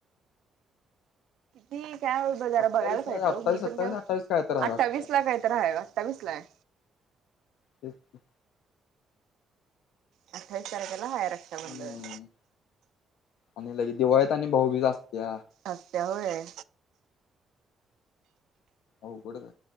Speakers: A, on the right; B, on the left.
A: ती त्याव जरा
B: अठ्ठावीस
A: बघायला पाहिजे
B: अठ्ठावीस
A: ओ, मी
B: सत्तावीस
A: पण काय?
B: अठ्ठावीस काय तर आहे
A: अठ्ठावीस
B: वाटतं
A: ला काही तर आहे अठ्ठावीस ला हाय.
B: तेच की.
A: अठ्ठावीस तारखेला हाय रक्षाबंधन.
B: हम्म आणि लगेच दिवाळीत आणि भाऊबीज असत्या.
A: असत्या होय?
B: अवघडच हाय.